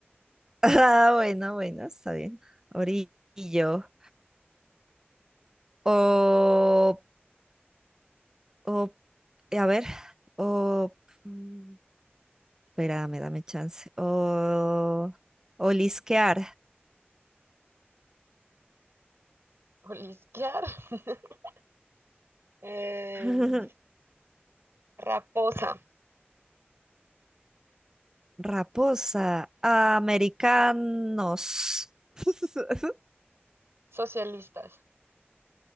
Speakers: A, on the right (about 15°); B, on the right (about 85°).
A: Ah, bueno, bueno, está bien. Orillo. O, o, a ver, o, mm, espérame, dame chance. O, olisquear.
B: olisquear, <laughs> em,
A: <laughs>
B: raposa,
A: Raposa. Americanos. <laughs>
B: socialistas,